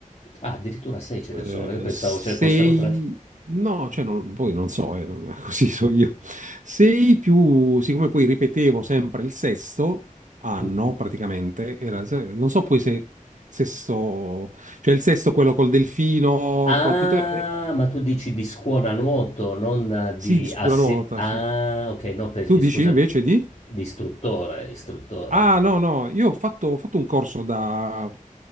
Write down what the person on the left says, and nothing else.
Ah, addirittura 6 ce ne
sono, io pensavo
ce ne fossero 3.
Mh-mh.
Ah,
ma tu dici di scuola nuoto, non eh,
di
asse
ah,
okay, no pens
e
scusa,
ehm,
di istruttore, istruttore
ist